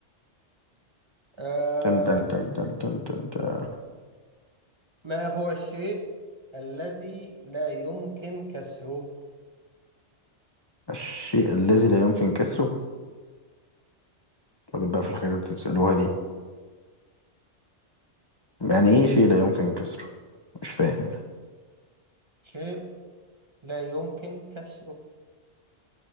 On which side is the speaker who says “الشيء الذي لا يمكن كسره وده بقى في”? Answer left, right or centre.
Left